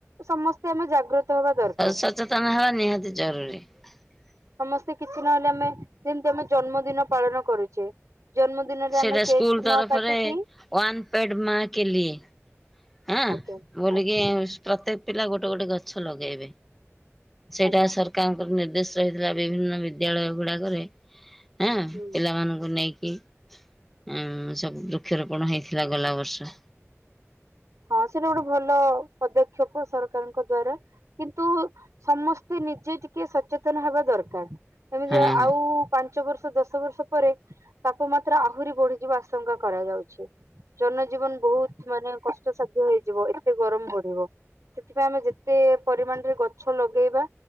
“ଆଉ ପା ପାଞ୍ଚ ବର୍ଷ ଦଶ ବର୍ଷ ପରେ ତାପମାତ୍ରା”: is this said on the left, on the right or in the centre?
Right